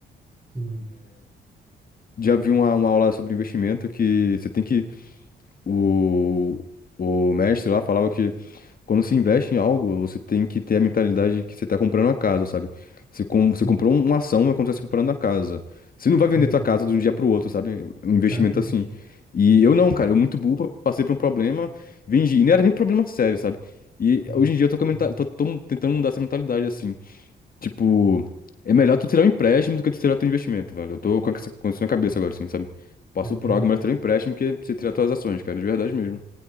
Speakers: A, on the right; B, on the left.
A: sim,
B: já vi uma, uma aula sobre investimento que você tem que O, o mestre lá falava que quando se investe em algo, você tem que ter a mentalidade de que você está comprando uma casa, sabe? Você, com,
A: sim,
B: você comprou um, uma ação, é quando você está comprando a casa. Você não vai vender
A: isso,
B: tua casa de um dia para o outro, sabe? É Um
A: justamente.
B: investimento assim. E eu não, cara, eu muito burro, passei por um problema, vendi. E não era nem problema sério, sabe? E hoje
A: Isso,
B: em dia eu tô, com a menta-
A: sim,
B: tô, tô tentando mudar essa mentalidade, assim. Tipo, é melhor tu tirar um empréstimo do que tu tirar teu investimento, velho. Eu tô com essa com isso na cabeça
A: sim,
B: agora, assim, sabe? Passou
A: também,
B: por algo, melhor tirar um empréstimo que você tirar tuas ações, cara, de verdade mesmo.